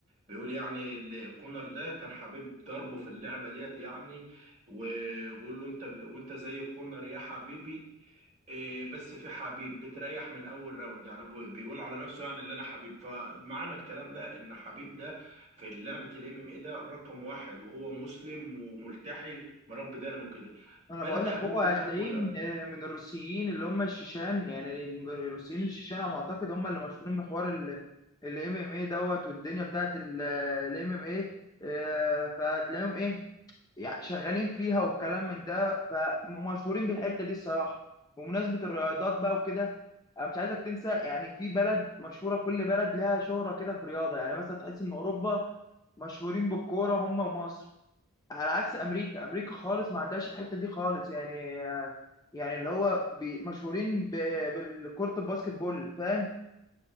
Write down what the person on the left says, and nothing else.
انا
بقول
لك هو هتلاقيه
من من الروسيين اللي هم الشيشان يعني الروسيين الشيشان على ما اعتقد هم اللي مشهورين بحوار الام ام اي دوت والدنيا بتاعت الام ام اي فهتلاقيهم ايه يعني شغالين فيها والكلام من ده فمشهورين بالحته دي الصراحه بمناسبه الرياضات بقى وكده انا مش عايزك تنسى يعني في بلد مشهوره كل بلد لها شهره كده في رياضه يعني مثلا تحس ان اوروبا مشهورين بالكوره هم ومصر على عكس امريكا امريكا خالص ما عندهاش الحته دي خالص يعني يعني اللي هو بي- مشهورين ب- بالكرة الباسكت بول فاهم